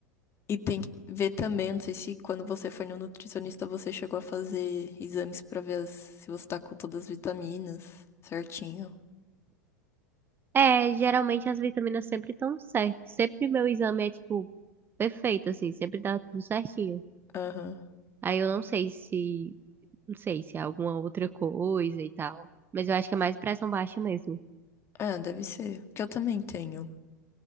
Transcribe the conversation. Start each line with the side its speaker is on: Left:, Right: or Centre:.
Left: E tem que ver também, não sei se quando você foi no nutricionista você chegou a fazer exames pra ver as- se você tá com todas as vitaminas certinho.
Right: É, geralmente as vitaminas sempre estão certas. Sempre meu exame é, tipo, perfeito, assim, sempre dá tudo certinho.
Left: Aham.
Right: Aí eu não sei se, não sei se é alguma outra coisa e tal. Mas eu acho que é mais pressão baixa mesmo.
Left: Ah, deve ser. Porque eu também tenho